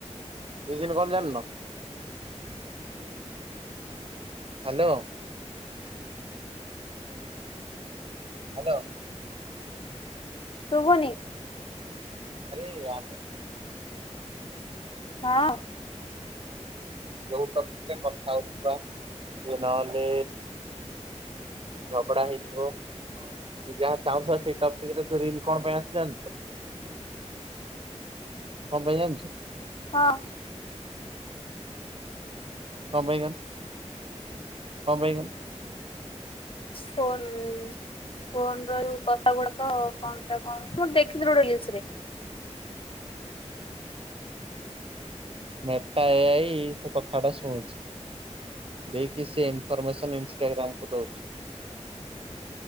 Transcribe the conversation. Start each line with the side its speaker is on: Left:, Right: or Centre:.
Right: ସିଜିନ୍ କଣ ଯାନ୍ ନ? ହାଲୋ। ହାଲୋ।
Left: ଶୁଭୁନି?
Right: ଆରେ ୟାର୍
Left: ହଁ।
Right: ଯୋଉ ଟପିକ୍ କଥା ହୋଉଥିଲ? ସେ ନହେଲେ ଝଗଡ଼ା ହେଇଥିବ, କି ଯାହା ଚାହୁଁଥିବ ସେଇ ଟପିକ୍ ରେ ରିିଲ୍ କଣ ପାଇଁ ଆସେ ଜାଣିଚ କଣ ପାଇଁ ଜାଣିଚ?
Left: ହଁ।
Right: <unintelligible> କଣ ପାଇଁକା?
Left: ଫୋନ୍ ଫୋନ୍ ର ଯୋଉ କଥା ଗୁଡ଼ାକ କଣ ଥା କଣ? ମୁଁ ଦେଖିଥିଲି ଗୋଟେ ରିଲସ୍ ରେ।
Right: ମେଟା ଏ ଆଇ ସେ କଥା ଟା ଶୁଣୁଛି। ଦେଇକି ସେ ଇନ୍ଫର୍ମେସନ ଇମ୍ସ ଚେରି ଟା ଆମକୁ ଦଉଛି।